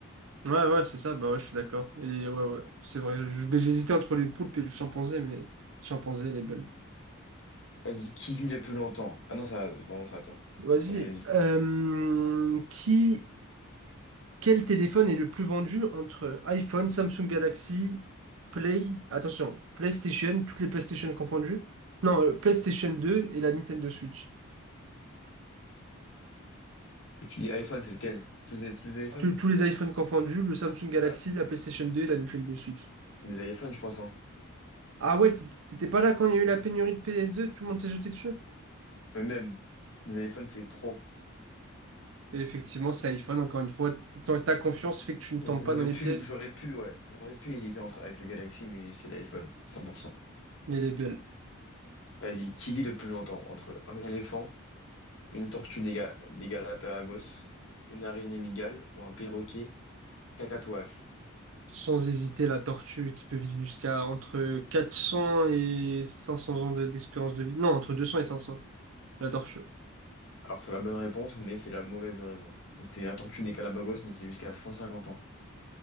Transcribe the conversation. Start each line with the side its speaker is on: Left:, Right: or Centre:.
Right: Ouais, ouais, c'est ça, bah ouais, je suis d'accord. Et ouais, ouais, c'est vrai, je- mais j'hésitais entre les poulpes et le chimpanzé, mais le chimpanzé, il est belle
Left: Vas-y, qui vit le plus longtemps? Ah non, ça, pardon, c'est à toi.
Right: Vas-y,
Left: Vas-y, vas-y.
Right: euh, qui, quel téléphone est le plus vendu entre iPhone, Samsung Galaxy, Play, attention, PlayStation, toutes les PlayStation confondues? Non, euh, PlayStation 2 et la Nintendo Switch.
Left: Tu dis iPhone, c'est lequel? Tous les, tous les iPhones?
Right: Tous tous les iPhones confondus, le Samsung Galaxy,
Left: Bah,
Right: la PlayStation 2 et la Nintendo Switch.
Left: les iPhones, je pense, hein.
Right: Ah ouais, t'é- t'étais pas là quand il y a eu la pénurie de PS2, tout le monde s'est jeté dessus.
Left: Mais même, les iPhones, c'est trop.
Right: Et effectivement, c'est iPhone, encore une fois, t- ta ta confiance fait que tu ne
Left: Euh,
Right: tombes
Left: J'aurais
Right: pas dans les
Left: pu,
Right: pièges,
Left: j'aurais pu, ouais, j'aurais pu hésiter entre, avec le Galaxy, mais c'est l'iPhone, 100%.
Right: mais elle est belle.
Left: Vas-y, qui vit le plus longtemps? Entre un éléphant, une tortue des, Ga- des Galapagos, une araignée mygale ou un perroquet cacatoès?
Right: Sans hésiter, la tortue qui peut vivre jusqu'à entre 400 et 500 ans de- d'expérience de vie. Non, entre 200 et 500, la tortue.
Left: Alors c'est la bonne réponse, mais c'est la mauvaise réponse. Donc c'est la tortue des Galapagos, mais c'est jusqu'à 150 ans.